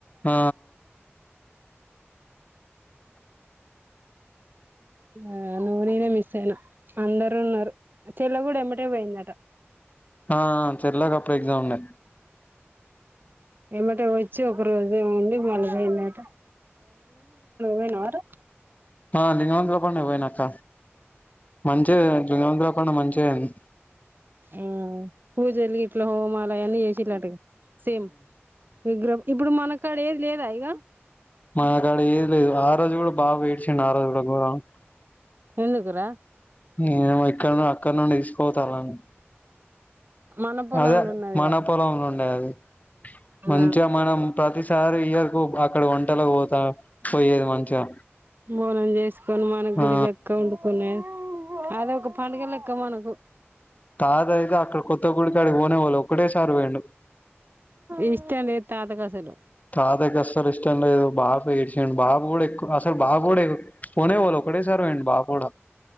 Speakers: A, on the left (about 35°); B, on the right (about 50°).
A: ఆ <inaudible>
B: ఆ నూవ్ నేనే మిస్ అయినాం అందరూ ఉన్నారు చెల్ల కూడా ఎమ్మటే పోయిందట
A: ఆ చెల్లాకప్పుడు ఎగ్జామ్ ఉండే
B: ఏమటే వచ్చి ఒక రోజు ఉండి మళవైందట వేనారు
A: ఆ లింగమంతల పండుగకు పోయినాక్క మంచి లింగవంతల పండగ మంచి చిగై
B: ఆ పూజలు ఇట్లా హోమాలయాన్ని చేసిలటుగా సేమ్ విగ్రహ ఇప్పుడు మన కాడ ఏది లేదా ఇగ
A: మా కాడ ఏది లేదు ఆ రోజు కూడా బాబు ఎడ్చిండి ఆ రోజు కూడా పొ
B: ఎందుకురా
A: నేనుమో ఇక్కడ ను అక్కడ నుండి తీసుకోవొతాని
B: మన పొలంలో
A: అదే
B: ఉన్నది
A: మన
B: కదా
A: పొలంలో ఉండే అది
B: ఆ
A: మంచిగా మనం ప్రతిష్ట్ సారి ఇయరుకుక అక్కడ వంటలో పోతా పోయేది మంచిగా
B: బోనం చేసుకొని మన గుడి
A: ఆ
B: లెక్క వండుకునే అద ఒక పండుగ లే వక్కమనకు
A: తాత అయితే అక్కడ కొత్త గుడికడికి పోనేవొలే ఒక్కటేసారు పోయింది
B: ఇష్టం లేదు తాత కసలు
A: తాతకి అసలు ఇష్టం లేదు బాపు ఎడ్చిండు బాబ్ గుడా ఎక్కువ అసలు బాబు గుడా పోనేపోలే ఒకటేసారి పోయిండు బాపు కూడా